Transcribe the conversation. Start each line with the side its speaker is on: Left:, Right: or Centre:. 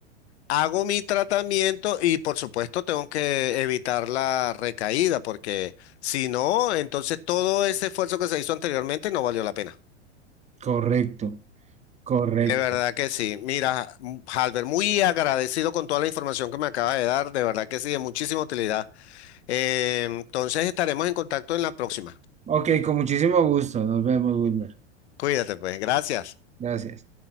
Left: Hago mi tratamiento y por supuesto tengo que evitar la recaída porque si no, entonces todo ese esfuerzo que se hizo anteriormente no valió la pena.
Right: correcto, correcto.
Left: De verdad que sí. Mira, m- Halber, muy agradecido con toda la información que me acaba de dar. De verdad que sí, de muchísima utilidad. Eh, entonces estaremos en contacto en la próxima.
Right: Ok, con muchísimo gusto, nos vemos, Wilmer.
Left: Cuídate, pues. Gracias.
Right: Gracias.